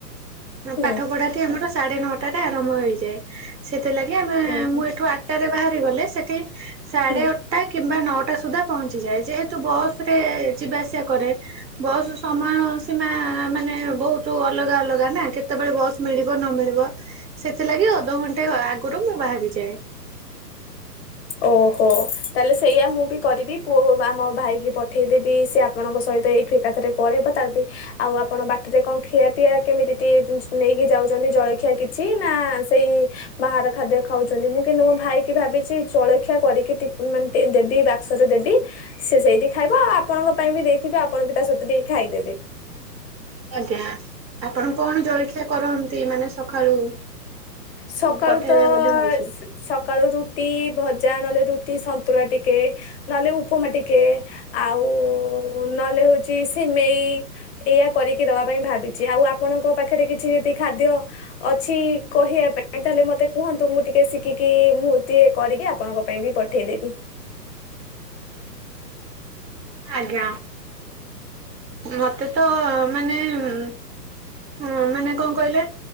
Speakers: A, on the right; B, on the left.
A: ହଁ
B: ହୁଁ
A: ପାଠ ପଢା ନ୍ତି ଆମର ସାଢେ ନଅଟାରେ ଆରମ୍ଭ ହେଇଯାଏ। ସେଥିଲାଗି ଆମେ
B: ଉଁ ହୁଁ।
A: ଠୁ ଆଠଟା ରେ ବାହାରି ଗଲେ ସେଠି ସାଢେ
B: ହୁଁ
A: ଅ ଟା କିମ୍ବା ନଅଟା ସୁଦ୍ଧା ପହଞ୍ଚିଯାଏ ଯେହେତୁ ବସ ରେ ଯିବା ଆସିବା କରେ। ବସ୍ ସମୟ ସୀମା ମାନେ ବହୁତ ଅଲଗା ଅଲଗା ନା କେତେବେଳେ ବସ୍ ମିଳିବ ନ ମିଳିବ। ସେଥିଲାଗି ଅଧଘଣ୍ଟେ ଆଗରୁ ମୁଁ ବାହାରିଯାଏ।
B: ଓହୋ ତାହେଲେ ସେଇଆ ମୁଁ ବି କରିବି। ପୁଅ ବା ମୋ ଭାଇକି ପଠେଇଦେବି ସେ ଆ ଆପଣଙ୍କ ସହିତ ଏଇଠୁ ଏକାଥରେ ପଳେଇବ ତାର ବି ଆଉ ଆପଣ ବାଟିରେ କଣ ଖିଆ ପିଆ କେମିତି ଟି ଉଁ ନେଇକି ଯାଉଛନ୍ତି ଜଳଖିଆ କିଛି ନା ସେଇ ବାହାର ଖାଦ୍ୟ ଖାଉଛନ୍ତି। ମୁଁ କିନ୍ତୁ ମୋ ଭାଇ କି ଭାବି ଛି ଜଳଖିଆ କରିକି ଟି ମାନେ ଦେବି ବାକ୍ସରେ ଦେବି। ସେ ସେଇଠି ଖାଇବ ଆଉ ଆପଣଙ୍କ ପାଇଁ ବି ଦେଇଥିବି ଆପଣ ବି ତା ସହିତ ଟିକେ ଖାଇଦେବେ।
A: ଆଜ୍ଞା। ଆପଣ କଣ ଜଳଖିଆ କରନ୍ତି ମାନେ ସକାଳୁ?
B: ସକାଳୁ
A: ପଠେଇବେ
B: ତ
A: ବୋଲି ଭାବିଛନ୍ତି
B: ସ ସକାଳୁ ରୁଟି ଭଜା ନହେଲେ ରୁଟି ସନ୍ତୁଳା ଟିକେ। ନହେଲେ ଉପମା ଟିକେ, ଆଉ ନହେଲେ ହଉଛି ସିମେଇ। ଏଇଆ କରିକି ଦବା ପାଇଁ ଭାବିଛି ଆଉ ଆପଣଙ୍କ ପାଖରେ କିଛି ଯଦି ଖାଦ୍ୟ ଅଛି କହିଆ <unintelligible> ତାହେଲେ ମତେ କୁହନ୍ତୁ ମୁଁ ଟିକେ ଶିଖିକି ମୁଁ ଟିକେ କରିକି ଆପଣଙ୍କ ପାଇଁ ବି ପଠେଇଦେବି।
A: ଆଜ୍ଞା। ମତେ ତ ମାନେ ଉଁ ମାନେ କଣ କହିଲେ?